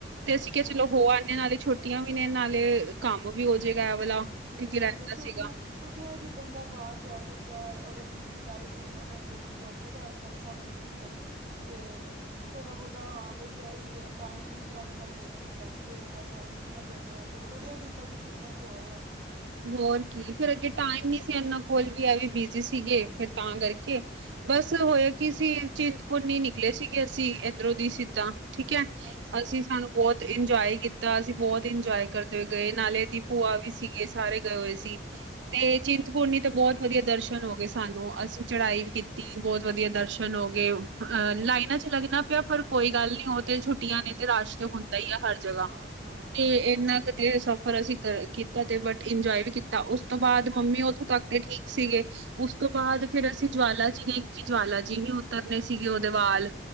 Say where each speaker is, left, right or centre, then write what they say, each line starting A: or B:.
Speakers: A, on the right; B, on the right.
A: ਤੇ ਅਸੀਂ
B: ਅੱਛਾ
A: ਕਿਹਾ ਚਲੋ ਹੋ ਆਨੇ। ਹਲੇ ਛੋਟ ਛੂਟੀਆਂ ਵੀ ਨੇ, ਨਾਲੇ ਕੰਮ ਵੀ ਹੋਜੇਗਾ ਐਹ ਵਾਲਾ।
B: ਠੀਕ
A: ਕਿਉਂਕਿ ਰਹਿੰਦਾ
B: ਏ, ਠੀਕ ਏ। ਛੋਟੀਆਂ
A: ਸੀਗਾ।
B: ਛੁੱਟੀਆਂ 'ਚ ਈ ਬੰਦਾ ਬਾਹਰ ਜਾ ਸਕਦਾ ਐ। ਅਗਰ ਬਿਜ਼ੀ ਲਾਈਫ ਹੋਏ ਨਾ ਬੰਦੇ ਦੀ, ਤੁਹਾਨੂੰ ਪਤਾ ਅੱ ਅੱਜ-ਕੱਲ੍ਹ ਸਭ ਬਿਜ਼ੀ ਨੇ ਤੇ ਥੋੜ੍ਹਾ ਬਹੁਤਾ ਹਾਂ ਬਈ ਇਹੀ ਐ। ਟਾਈਮਿੰਗ ਤੇ ਅੱਜ-ਕੱਲ ਦੇਖਣੀ ਪੈਂਦੀ ਏ। ਬਸ ਹੁਣ ਛੁ ਛੁੱਟੀਆਂ ਚਲਦੀਆਂ। ਚਲੋ ਵਧੀਆ ਕੀਤਾ ਜੇ, ਛੁੱਟੀਆਂ 'ਚ ਹੋ ਆਏ ਓ।
A: ਹੋਰ ਕੀ, ਫੇਰ ਅੱਗੇ ਟਾਈਮ ਨੀ ਸੀ ਇਹਨਾਂ ਕੋਲ ਵੀ। ਇਹ ਵੀ ਬਿਜ਼ੀ ਸੀਗੇ। ਫਿਰ ਤਾਂ ਕਰਕੇ ਬਸ ਹੋਇਆ ਕੀ ਸੀ, ਚਿੰਤਪੁਰਨੀ ਨਿਕਲੇ ਸੀਗੇ ਅਸੀਂ। ਇ ਧਰੋਂ ਦੀ ਸਿੱਧਾ, ਠੀਕ ਐ।
B: ਅੱਛਾ
A: ਅਸੀਂ ਸਾਨੂੰ ਬਹੁਤ ਇੰਜੋਏ ਕੀਤਾ। ਅਸੀਂ ਬਹੁਤ ਇੰਜੋਏ ਕਰਦੇ ਹੋਏ ਗਏ। ਨਾਲੇ ਇਹਦੀ ਭੂਆ ਵੀ ਸੀਗੀ ਸਾਰੇ ਗਏ ਹੋਏ ਸੀ।
B: ਅੱਛਾ ਅੱਛਾ
A: ਤੇ ਚਿੰਤਪੂਰਨੀ ਤੇ ਬਹੁਤ ਵਧੀਆ ਦਰਸ਼ਨ ਹੋਗੇ ਸਾਨੂੰ। ਅਸੀਂ ਚੜ੍ਹਾਈ ਵੀ ਕੀਤੀ, ਬਹੁਤ ਵਧੀਆ ਦਰਸ਼ਨ ਹੋਗੇ ਅਹ ਲਾਈਨਾਂ 'ਚ ਲੱਗਣਾ ਪਿਆ। ਪਰ ਕੋਈ ਗੱਲ ਨੀ ਉਹ ਤੇ ਛੁੱਟੀਆਂ ਨੇ ਰਸ਼
B: ਹਾਂ
A: ਤੇ ਹੁੰਦਾ ਈ ਆ ਹਰ ਜਗ੍ਹਾ
B: ਹਾਂ ਹਾਂ
A: ਤੇ
B: ਉਹ
A: ਇਨਾ
B: ਹੈ ਹੀ ਆ
A: ਸਫ਼ਰ ਅਸੀਂ ਕਰ ਕੀਤਾ ਤੇ ਬਟ ਇੰਜੋਏ ਵੀ ਕੀਤਾ। ਉਸ ਤੋਂ ਬਾਅਦ ਮੰਮੀ ਉਥੋਂ ਤੱਕ ਤੇ ਠੀਕ ਸੀਗੇ। ਉਸ ਤੋਂ ਬਾਅਦ ਫਿਰ ਅਸੀਂ ਜਵਾਲਾ ਜੀ ਗ‌ਏ, ਕਿ ਜਵਾਲਾ ਜੀ ਹੀ ਉਤਰਨੇ ਸੀਗੇ ਉਹਦੇ ਵਾਲ।